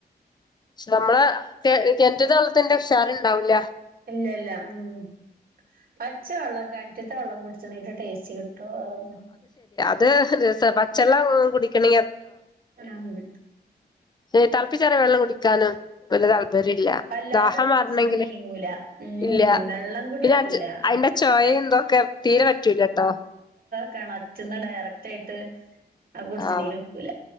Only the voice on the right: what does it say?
പിന്നല്ല. ആം പച്ച വെള്ളം കെണറ്റിൽത്ത വെള്ളം കുടിച്ചാ ടേസ്റ്റ് കിട്ടും <unintelligible>
<unintelligible>
അല്ലാതെ
കുടിച്ചിട്ട് നീങ്ങൂല ഉം
വെള്ളം കൂടി
എത്തൂല
കെണറ്റിന്ന് ഡയറക്റ്റ് ആയിട്ട് അത് കുടിച്ച്ണീന്
ഒക്കൂല